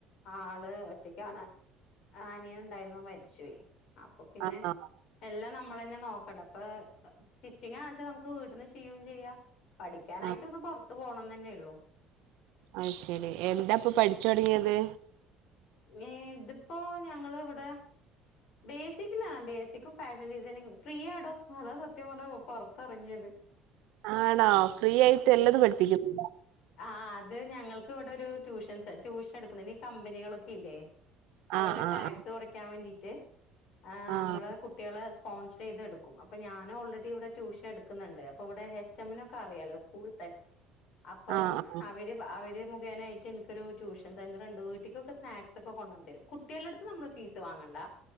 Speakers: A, on the left; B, on the right.
A: ആള് ഒറ്റക്കാണ്. ആ അനിയൻ ഉണ്ടായിരുന്നു. മരിച്ചോയ്. അപ്പൊ പിന്നെ
B: ആഹ് ആഹ്
A: എല്ലാം ന <inaudible> നമ്മളന്നെ നോക്കണ്ട അപ്പാ ആ സ്റ്റിച്ചിങ് ആണ്ച്ച നമുക്ക് വീട്ട്ന്ന് ചെയും ചെയ്യാം പഠിക്കാനായിട്ട്
B: ആഹ്
A: ഒന്ന് പൊറത്തു പോണംന്നെന്നെള്ളു
B: അത് ശെരി എന്താപ്പൊ പഠിച്ചൊടങ്ങിയത്
A: <unintelligible> ഇതിപ്പോഞങ്ങള് ഇവിടെ ബേസിക്ക്ലാണ് ബേസിക്കും ഫാഷൻ ഡിസൈനിങ്ങൊക്കെ ഫ്രീ ആടോ അതാ സത്യം പറഞ്ഞാ പൊറത്തെറങ്ങിയത്
B: ആണോ ഫ്രീ ആയിട്ട് എല്ലതും പഠിപ്പിക്കും ഇല്ല
A: ആ ആ അതെ ഞങ്ങൾക്ക് ഇവിടെ ഒരു ട്യൂഷൻ സെ ട്യൂഷൻ എടുക്കുന്ന ഈ കമ്പനികളൊക്കെ ഇല്ലേ അവരുടെ
B: ആഹ് ആഹ്
A: ടാക്സ് കൊറയ്ക്കാൻ വേണ്ടീട്ട് ആ
B: ആഹ്
A: നമ്മള് കുട്ടികളെ സ്കൂ സ്പോൺസറൈത് എടുക്കും അപ്പൊ ഞാൻ ഓൾറെഡി ഇവിടെ ട്യൂഷൻ എടുക്കുന്നുണ്ട് അപ്പൊ ഇവിടെ എച്ച് എമ്മിനൊക്കെ അറിയാലോ സ്കൂള്ത്തെ അപ്പം
B: ആഹ് ആഹ്
A: ഹ് അവര് പ്അവര് മുഖേനേയിട്ട് ഇൻക്കൊരു ട്യൂഷൻ സെന്ററ് ഉണ്ട് വീട്ടിക്കൊക്കെ സ്നാക്സ് ഒക്കെ കൊണ്ടന്ന് തരും കുട്ട്യാളെ അട്ത്ത്ന്ന് നമ്മള് ഫീസ് വങ്ങണ്ട